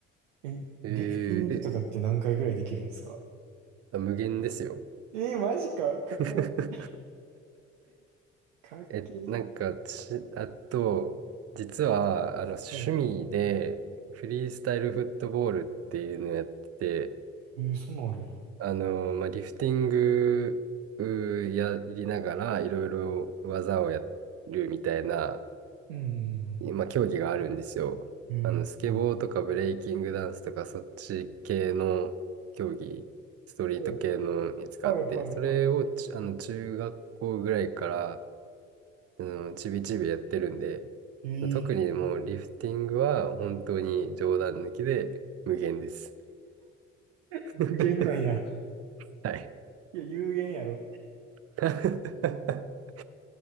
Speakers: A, on the right; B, on the right.
A: え、
B: え
A: リフティングとかって何回ぐらいできるんですか
B: ーえ、あ無限ですよ。
A: えー、マジか。かっこいい。
B: <laughs>
A: かっけえ。
B: え、なんかち、あと、実は、あの、趣味で、
A: はい。
B: フリースタイルフットボールっていうのをやってて、
A: えー、そんなんあるんや。
B: あの、まあ、リフティングうーやりながら、いろいろ技をやるみたいな、
A: うん
B: まあ、競技があるんですよ。
A: うんうん。
B: あの、
A: えー、
B: スケボーとかブレイキングダンスとか、
A: はい。
B: そっち系の競技、ストリート系のやつがあって、
A: おはいはいは
B: それをち、あの、中学校ぐらいから、あの、ちびちびやってるんで、
A: い。えー、
B: 特にもうリフティングは本当に冗談抜きで無限です。
A: 有限なんや。
B: <laughs> はい。
A: いや、有限やろ。
B: <laughs>